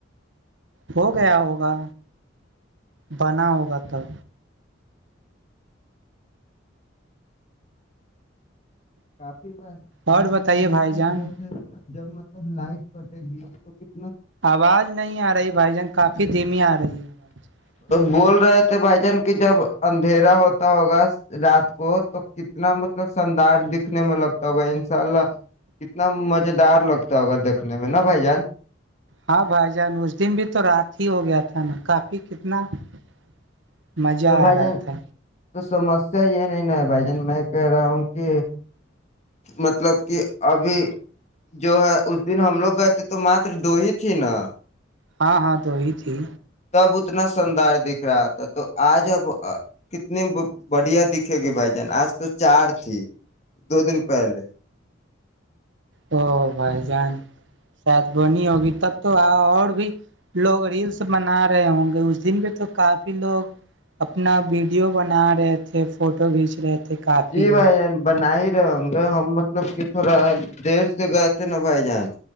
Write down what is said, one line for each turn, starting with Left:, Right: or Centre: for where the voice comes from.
Right: ہو گیا ہوگا بنا ہوگا تب
Left: آپ ب بائی
Right: اور
Left: جن
Right: بتائیے
Left: ہم ویس
Right: بھائی
Left: وس
Right: جان
Left: رہے جب مطلب لائٹ کٹے گی تو ک
Right: آواز نہیں آ رہی بھائی جان کافی دھیمی آ رہی ہے آواز
Left: بول رہے بھائی جان کی جب اندھیرا ہوتا ہوگا رات کو تو کتنا مطب <unintelligible> تا ہو ان شاء اللہ کتنا مزے ڈر لگتا ہوگا دیکھنے میں نا بھائی جان
Right: ہاں بھائی جان اس دن بھی تو رات ہی ہو گیا تھا نا کافی کتنا <unintelligible> مزہ
Left: تو بھائی
Right: آ رہا
Left: جان
Right: تھا
Left: تو سمسیا یہ نہیں ن بھائی جان میں کہہ رہا ہوں کہ مطلب کہ ابھی جو ہے اس دن ہم لوگ گئے تھے تو مات دو ہی تھی نا
Right: ہاں ہاں تو ہی تھی
Left: تب اتنا شاندار دکھ رہا تھا تو آج اب کتنی بڑھیا دکھے گی بھائی جان آج تو چار تھی دو دن پہلے
Right: او بھائی جان سات بنی ہوگی تب تو اور بھی لوگ ریلس بنا رہے ہوں گے اس دن بھی تو کافی لوگ اپنا ویڈیو بنا رہے تھے فوٹو کھینچ رہے تھے کافی
Left: جی
Right: لوگ
Left: بھائی جن بن ہی گے ہم مطلب کہ تھوڑا دیر سے گئے تھے نا بھائی جان